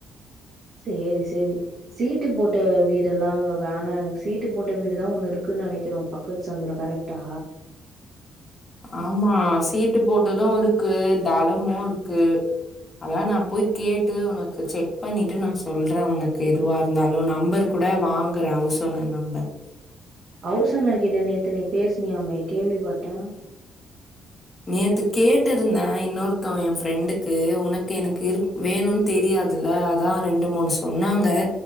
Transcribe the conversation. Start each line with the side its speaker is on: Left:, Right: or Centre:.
Right: சேரி சேரி சீட்டு போட்ட வீடுலா அங்க வேணா எனக்கு சீ சீட்டு போட்ட வீடுதா ஒண்ணு இருக்குன் நெனைக்கிறோ பக்கத்து சந்துல கரக்ட்டா
Left: ஆமா சீட்டு போட்டதோ இருக்கு தளமோ இருக்கு அதா நா போய் கேட்டு உனக்கு செக் பண்ணிட்டு நா சொல்றே உனக்கு எதுவா இருந்தாலு நம்பரு கூட வாங்குற அவுஸ்ஓனர் நம்பர்
Right: அவுஸோனர்க் கிட்ட நேத்து நீ பேசினியாமே கேள்விப்பட்டே
Left: நேத்துக் கேட்டு இருந்தே இன்னொருத்தவ எ ஃப்ரெண்டுக்கு உனக்கு எனக்கு இருக் வேணுன் தெரியாதுல அதா ரெண்டு மூணு சொன்னாங்க